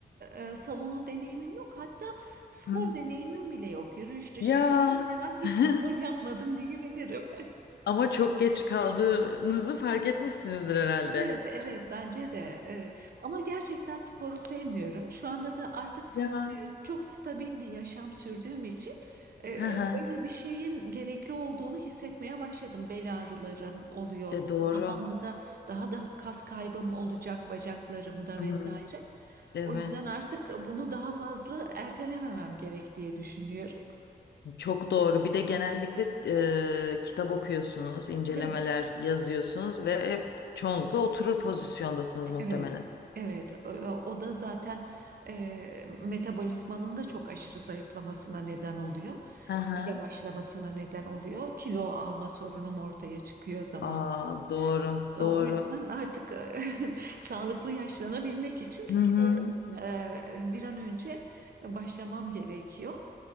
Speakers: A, on the right; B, on the left.
A: e, e, salonu deneyimim yok. Hatta spor
B: Hı.
A: deneyimim bile yok. Yürüyüş dışında
B: Ya.
A: hemen hemen hiç
B: <laughs>
A: spor yapmadım diyebilirim.
B: Ama çok geç kaldığınızı fark etmişsinizdir herhalde.
A: Evet, evet bence de. Evet. Ama gerçekten sporu sevmiyorum. Şu anda da artık
B: Ya.
A: e, çok stabil bir yaşam sürdüğüm için e,
B: Hı hı.
A: öyle bir şeyin gerekli olduğunu hissetmeye başladım. Bel ağrılarım oluyor.
B: E doğru.
A: Zamanla da daha da kas kaybım olacak bacaklarımda
B: Hmm,
A: vesaire.
B: Evet.
A: O yüzden artık bunu daha fazla ertelememem gerek diye düşünüyorum.
B: Çok doğru. Bir de genellikle e, kitap okuyorsunuz, incelemeler
A: Evet.
B: yazıyorsunuz ve hep çoğunlukla oturur pozisyondasınız muhtemelen.
A: Evet, evet. O o da zaten e, metabolizmanın da çok aşırı zayıflamasına neden oluyor.
B: Hı hı.
A: Yavaşlamasına neden oluyor. Kilo alma sorunum ortaya çıkıyor zaman.
B: Aa, doğru,
A: E,
B: doğru.
A: O yüzden artık e, <laughs> sağlıklı yaşlanabilmek için sporu
B: Hı hı.
A: e, bir an önce başlamam gerekiyor.